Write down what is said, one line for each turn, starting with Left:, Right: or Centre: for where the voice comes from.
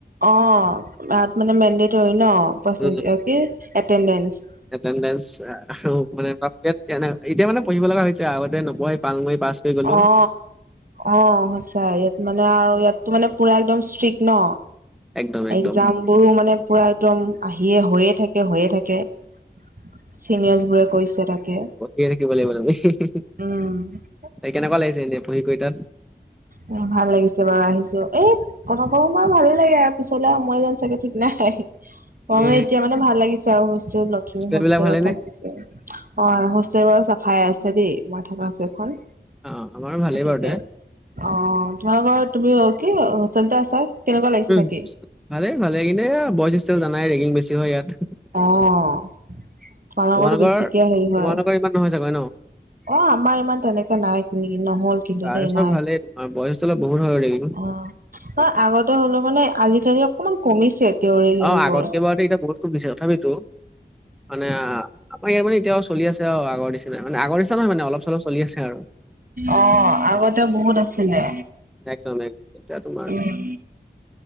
Right: অ তাত মান মেনদতৰি ন পা <unintelligible>
Centre: উম,
Right: এতেনদেন্স
Centre: এটেনডেঞ্চ আৰু মানে এনে এতিয়া মানে পঢ়িব লগা হৈছে আগতে নপঢ়ে পাল মাৰি পাছ কৰি গ'লো
Right: অ অ সঁচা ইয়াত মানে আৰু ইয়াতো মানে পুৰা একদম ইষ্ট্ৰিক্ট ন
Centre: একদম একদম
Right: একজাম বোৰো মানে পুৰা একদম আহিয়ে হৈয়ে থাকে হৈয়ে থাকে কে চিনিয়ৰ্ছবোৰে কৈছে তাকে
Centre: পঢ়িয়ে থাকিব লাগিব হে হে
Right: উম
Centre: ত কেনেকুৱা লাগিছে এনেই পঢ়ি কৰি তাত
Right: অ ভাল লাগিছে বাৰু আহিছো এই প্ৰথম প্ৰথম আৰু ভালে লাগে আৰু পিছলে মই যাম চাগে ঠিক নাই ম
Centre: এনে
Right: মানে এতিয়া মানে ভাল লাগিছে আৰু হোষ্টেল ল
Centre: হোষ্টেল
Right: হোষ্টেলত
Centre: বিলাক ভালে নে?
Right: থাকিছে অ হোষ্টেল বাৰ চাফাই আছে দেই মই থকা
Centre: আচ্ছা।
Right: আছে এফাল
Centre: অ', আমাৰো ভালেই
Right: গতিকে
Centre: বাৰু দে
Right: <unintelligible> অ যোৱা বাৰ তুমি অ কি হোষ্টেলতে আছা <unintelligible>
Centre: উম
Right: থাকি
Centre: ভালেই ভালে কিন্ত এ বইচষ্টেল জানাই ৰেগিং বেছি হয় ইয়াত
Right: অ <unintelligible>
Centre: তোমালোকৰ
Right: বেছিকে হেৰি হয়
Centre: তোমালোকৰ ইমান নহয় চাগৈ ন
Right: অ আমাৰ ইমান তেনেকে নাই নহল কিন্তু
Centre: গাৰ্লছৰ
Right: দেই নাই
Centre: ভালেই তোমাৰ বইজ হোষ্টেলত বহুত হয় ৰেগিং
Right: অ অ আগতে হলো মানে আজিকালি অকমান কমিছে তেওঁৰে ঋণবোৰ
Centre: অ আগতকে বাৰু এতিয়া বহুত <unintelligible> তথাপিতো মানে অ আমাক ইয়াতে এতিয়া চলি আছে আৰু আগৰ নিচিনা মানে আগৰ নিচিনা নহয় মানে অলপ চলপ চলি আছে আৰু
Right: অ আগতে বহুত আছিলে
Centre: একদম একদম এতিয়া তোমাৰ
Right: উম